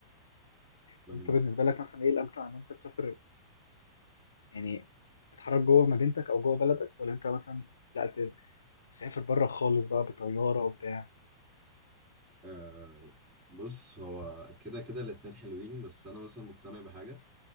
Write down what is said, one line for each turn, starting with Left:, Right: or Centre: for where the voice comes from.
Right: ده
Left: طب
Right: بالنسبه
Left: أنت بالنسبة لك مثلا إيه الأمتع إن أنت تسافر يعني تتحرك جوه مدينتك أو جوه بلدك ولا أنت مثلا لا تسافر بره خالص بقى بطيارة وبتاع
Right: آه بص هو كده كده الاتنين حلوين بس انا مثلا مقتنع بحاجه